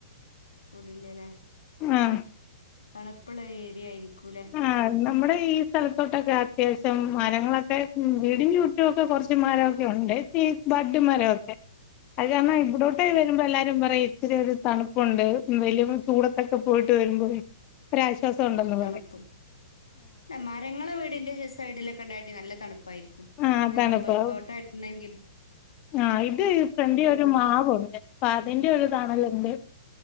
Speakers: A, on the left; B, on the left.
A: ഇവിടില്യാല്ലേ
B: ആഹ്
A: തണുപ്പുള്ള ഏരിയ ആയിരി ക്കൂലേ
B: ആഹ് നമ്മുടെ ഈ സ്ഥലത്തോട്ടൊക്കെ അത്യാവശ്യം മരങ്ങളൊക്കെ വീടിന്റെ ചുറ്റും ഒക്കെ കുറച്ച് മരമൊക്കെ ഉണ്ട് ഈ ബഡ് മരൊക്കെ അത് കാരണം ഇവിടോട്ട് വരുമ്പോ എല്ലാരും പറയും ഇത്തിരി ഒരു തണുപ്പുണ്ട് വലിയ ചൂടത്തൊക്കെ പോയിട്ട് വരുമ്പോൾ ഒരാശ്വാസ സം ഉണ്ടെന്ന്
A: തണുപ്പ്
B: പറയ്
A: മരങ്ങളെ വീടിന്റെ സൈഡിലൊക്കെ ഉണ്ടായിട്ട് നല്ല തണുപ്പായിരി
B: ആഹ് തണുപ്പ്
A: റബ്ബർ തോട്ടയിട്ടാണെങ്കിൽ
B: ആഹ് ഇത് ഫ്രണ്ടിൽ ഒരു മാവുണ്ട് അപ്പൊ അതിന്റെ ഒരു തണൽ ഉണ്ട്